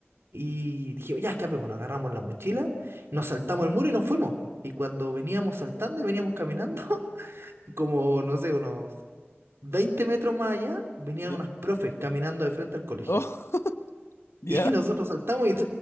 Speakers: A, on the right; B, on the left.
A: y dijimos, ya escapémonos. Agarramos la mochila, nos saltamos el muro y nos fuimos. Y cuando veníamos saltando y veníamos caminando, <laughs> como, no sé, unos 20 metros más allá, venían
B: ya.
A: unas profes caminando de frente al colegio.
B: Oh, <laughs>
A: Y
B: ya,
A: nosotros saltamos y